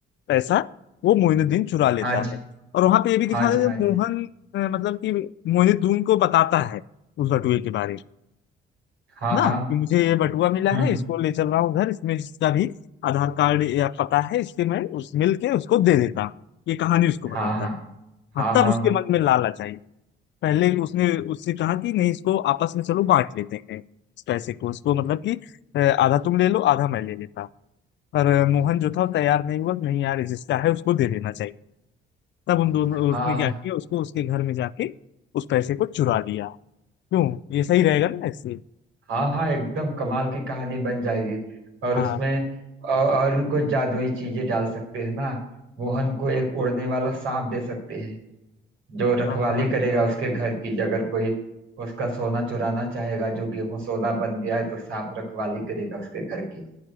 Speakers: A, on the left; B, on the right.
A: पैसा वो मोइनुद्दीन चुरा लेता
B: हाँ जी
A: है और वहां पे ये भी दिखा
B: हाँ जी
A: देते
B: हाँ
A: हैं,
B: जी
A: मोहन अ, मतलब कि मोइनुद्दीन को बताता है उस बटुए के बारे में
B: हाँ
A: ना
B: हाँ
A: कि मुझे ये बटुआ मिला
B: हम्म
A: है इसको ले चल रहा हूँ घर इसमें इसका भी आधार कार्ड या पता है इसके मैं उस मिल के उसको दे देता हूँ। ये कहानी उसको बताता
B: हाँ हाँ
A: है हाँ
B: हाँ
A: तब
B: हाँ
A: उसके
B: हाँ
A: मन में लालच आई पहले उसने उससे कहा कि नहीं इसको आपस में चलो बांट लेते हैं इस पैसे को इसको मतलब कि अ, आधा तुम ले लो आधा मैं ले लेता पर अ, मोहन जो था वो तैयार नहीं हुआ नहीं यार जिसका है उसको दे देना चाहिए तब उन दोनों
B: हाँ
A: उसने क्या किया उसको उसके घर में जाके उस पैसे को चुरा लिया क्यों ये सही रहेगा ना ऐसे
B: हाँ हाँ एकदम कमाल की कहानी बन जाएगी और
A: हाँ
B: उसमें और, और भी कुछ जादुई चीजें डाल सकते हैं ना मोहन को एक उड़ने वाला सांप दे सकते हैं जो रखवाली
A: हाँ
B: करेगा उसके घर की अगर कोई उसका सोना चुराना चाहेगा जो गेहूं सोना बन गया है तो सांप रखवाली करेगा उसके घर की